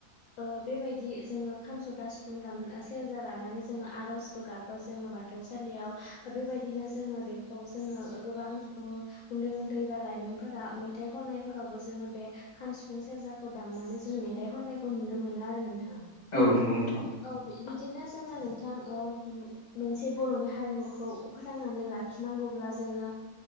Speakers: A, on the left; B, on the left.
A: ओ बेबायदि जोङो खाम, जथा, सिफुं दाम सेरजा लानानै जोङो आर'जबो गाबो जोङो बा थौसालियाव बेबायदिनो जोङो बेखौ जोङो गोबां उन्दै उन्दै बा लाइमोनफोरा मेथाइ खननायफोरावबो जोङो बे खाम, सिफुं, सेर सेरजाखौ दामनानै जोङो मेथाइ खननायखौ नुनो मोनो आरो नोंथां।
B: औ नंगौ नोंथां
A: औ बिदिनो जोङो नोंथां ओ मोनसे बर'नि हारिमुखौ फोथांनानै लाखिनांगौब्ला जोङो